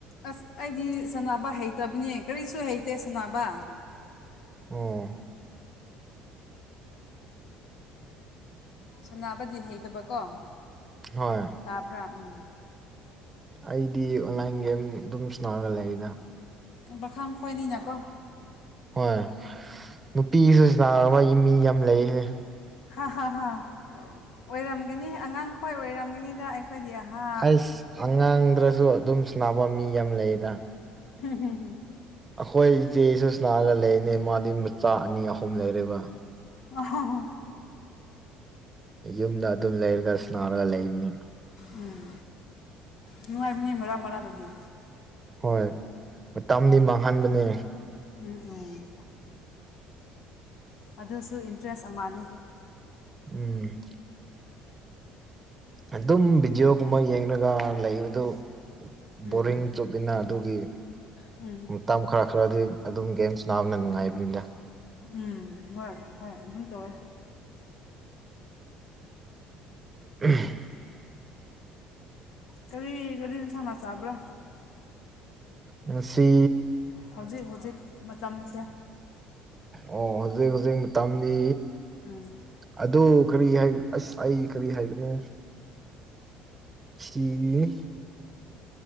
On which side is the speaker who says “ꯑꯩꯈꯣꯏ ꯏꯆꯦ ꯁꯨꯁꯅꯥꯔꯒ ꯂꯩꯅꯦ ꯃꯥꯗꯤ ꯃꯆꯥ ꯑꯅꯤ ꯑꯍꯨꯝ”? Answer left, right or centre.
Right